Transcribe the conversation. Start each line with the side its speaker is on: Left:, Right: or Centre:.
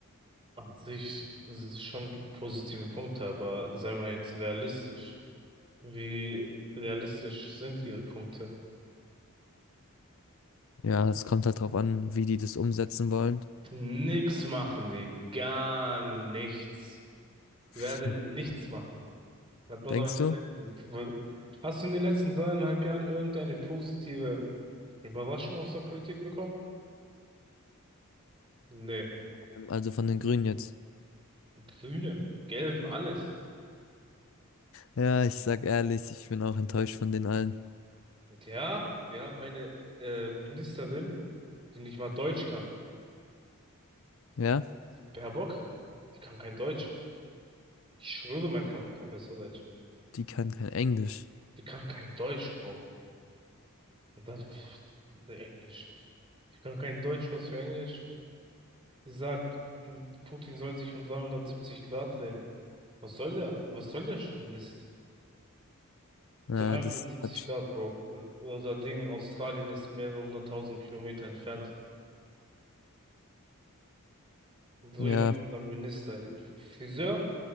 Right: An sich sind schon positive Punkte, aber sei mal jetzt realistisch. Wie realistisch sind ihre Punkte?
Left: Ja, es kommt halt drauf an, wie die das umsetzen wollen.
Right: Nix machen die, gar nichts.
Left: <clears throat>
Right: Die werden
Left: <laughs>
Right: nichts machen. Hat man
Left: Denkst
Right: doch in den
Left: du? Also,
Right: letzten, hast du in den letzten dreieinhalb Jahren irgendeine positive Überraschung aus der Politik bekommen? Nee.
Left: Ähm, Also von den Grünen jetzt.
Right: Grünen, Gelben, alles.
Left: Ja, ich sag ehrlich, ich bin auch enttäuscht von den allen.
Right: Und ja, wir haben eine äh, Ministerin, die nicht mal Deutsch kann.
Left: Ja,
Right: Die Baerbock, die kann kein Deutsch. Ich schwöre, mein Vater kann besser Deutsch.
Left: die kann kein Englisch.
Right: Die kann kein Deutsch, Bro. Und dann pff, Englisch. Die kann kein Deutsch, was für Englisch. Sie sagt, Putin soll sich um 370 Grad drehen. Was soll der? Was soll der Sch- Mist?
Left: Ja,
Right: 370
Left: das hat.
Right: Grad, Bro. Äh, Unser Ding, Australien ist mehrere hunderttausend Kilometer entfernt. Und So
Left: Ja,
Right: jemand ist ein Minister. Äh, Friseur,